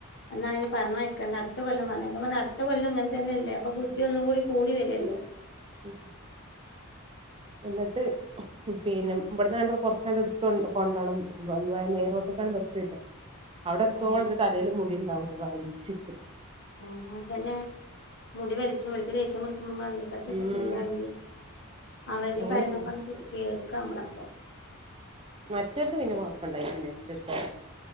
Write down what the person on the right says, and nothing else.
ഉം എന്നിട്ട് പിന്നെ ഇവിടന്ന്ണ്ട കൊറച്ചാണ്ട് എടുത്ത കൊണ്ടോണം മെയിൻറോട്ടക്ക
ബസ്സര്ന്നെ അവിടെ എത്തോളം
എന്റെ തലൽ മുടിണ്ട് ഉണ്ടാവുല വലിച്ചിട്ട്
ഉം
അങ്ങനെയായിരുന്നു
മറ്റവർക്ക് പിന്നെ കൊഴപ്പണ്ടായിട്ടില്ല ടിസ്റ്റർ